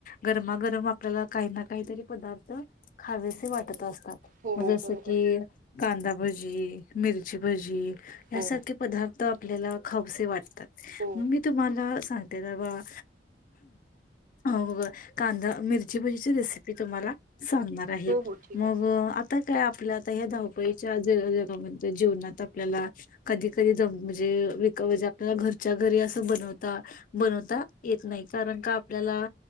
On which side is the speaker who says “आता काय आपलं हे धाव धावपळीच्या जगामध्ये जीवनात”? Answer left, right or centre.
Left